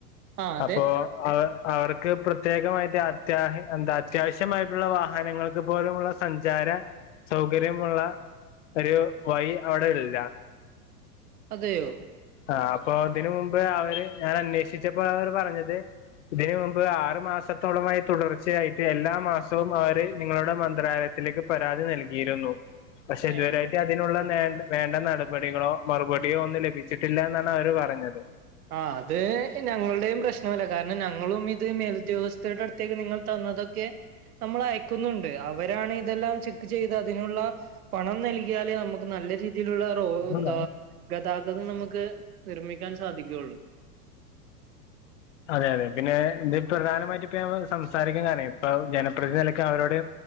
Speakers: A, on the right; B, on the left.
A: ആ അതെ
B: അപ്പോൾ അവ അവർക്ക് പ്രത്യേകമായിട്ട് അത്യാ എന്താ അത്യാവശ്യമായിട്ടുള്ള വാഹനങ്ങൾക്ക് പോലുമുള്ള സഞ്ചാര സൗകര്യമുള്ള ഒരു വഴി അവിടെ ഇല്ല
A: അതെയോ
B: ആ അപ്പൊ അതിനന് മുമ്പ് അവര് ഞാൻ അന്വേഷിച്ചപ്പോ അവര് പറഞ്ഞത് ഇതിന് മുമ്പ് ആറു മാസത്തോളമായി തുടർച്ചയായിട്ട് എല്ലാ മാസവും അവര് നിങ്ങളുടെ മന്ത്രാലയത് ത്തിലേക്ക് പരാതി നൽകിയിരുന്നു പക്ഷെ ഇതുവരെയായിട്ട്
A: ഏ
B: അതിനുള്ള വേണ്ട വേണ്ട നടപടികളോ മറുപടിയോ ഒന്ന് ലഭി ച്ചിട്ടില്ല എന്നാണ് അവര് പറഞ്ഞത്
A: ആഹ് അത് ഞങ്ങളുടെയും പ്രശ്നമല്ല കാരണം ഞങ്ങളും ഇത് മേലുദ്യോഗസ്ഥരുടെ അടു ത്തേക്ക് നിങ്ങൾ തന്നതൊക്കെ നമ്മൾ അയക്കുന്നുണ്ട് അവരാണ് ഇതെല്ലാം ചെക്ക് ചെയ്ത് അതിനുള്ള പണം നൽകി യാലേ നമുക്ക് നല്ല രീതിയിലുള്ള റോ
B: അല്ല
A: എന്താ ഗതാഗതം നമുക്ക് നിർമിക്കാൻ സാ സാധിക്കുഉള്ളൂ
B: അതെ അതെ പിന്നെ ഇത് പ്രധാനമായിട്ട് ഇപ്പ ഞമ്മ സംസാരിക്കാൻ കാരണെ ഇപ്പ ജനപ്രതിനിധിന്ന നിലക്ക് അവരോട്